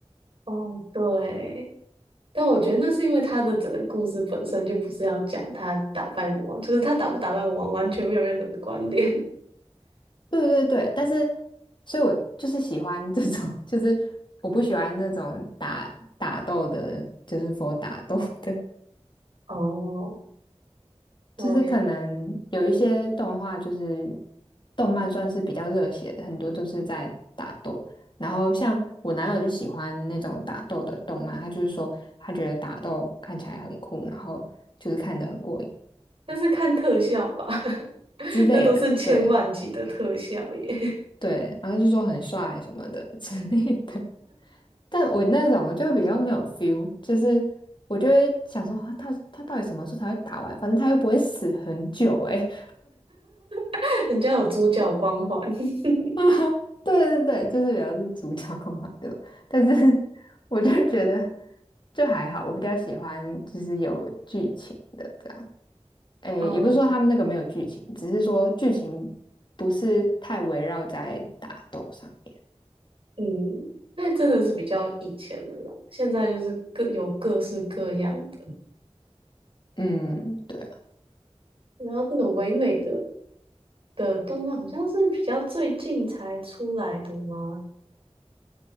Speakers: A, on the right; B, on the left.
A: 哦，对，但我觉得那是因为他的整个故事本身就不是要讲他打败魔王，就是他打不打败魔王完全没有任何的关联。
B: 对对对，但是，所以我就是喜欢这种，<laughs> 就是我不喜欢那种打打斗的，就是 f 打斗的，
A: <laughs> 哦，我想，
B: 就是可能有一些动画，
A: 嗯，
B: 就是动漫算是比较热血的，很多都是在打斗。然后像我男友就喜欢那种打斗的动漫，他就是说他觉得打斗看起来很酷，然后就是看得很过瘾
A: 但是看特效吧，<laughs>
B: 之类的，
A: 那都是千万级的特效耶，
B: 对对，然后就说很帅什么的 <laughs> 之类的。但我那种我就比较没有 feel，就是我就会想说，啊他他到底什么时候才会打完？反正他又不会死很久哎、欸，
A: <laughs> 人家有主角光环。<laughs>
B: <laughs> 哎，对对对，就是比较是主角控嘛，就，但是 <laughs> 我就觉得就还好，我比较喜欢就是有剧情的这样，诶，
A: 嗯
B: 也不是说他们那个没有剧情，只是说剧情不是太围绕在打斗上面，
A: 嗯，那真的是比较以前的啦，现在就是各有各式各样的，
B: 嗯，对啊，
A: 然后这种唯美的的动漫好像是比较最近才出来的吗？